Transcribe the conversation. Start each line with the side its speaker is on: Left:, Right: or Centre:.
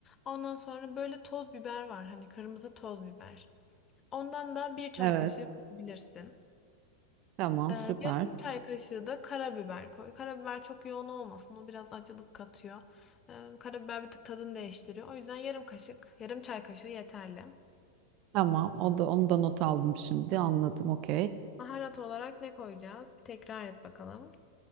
Left: Ondan sonra böyle toz biber var. Hani kırmızı toz biber. Ondan da bir çay
Right: Evet.
Left: kaşığı koyabilirsin.
Right: Tamam
Left: Ee,
Right: süper.
Left: yarım çay kaşığı da karabiber koy. Karabiber çok yoğun olmasın. O biraz acılık katıyor. Ee, karabiber bir tık tadını değiştiriyor. O yüzden yarım kaşık, yarım çay kaşığı yeterli.
Right: Tamam. O da onu da not aldım şimdi. Anladım. Okey.
Left: Baharat olarak ne koyacağız? Bir tekrar et bakalım.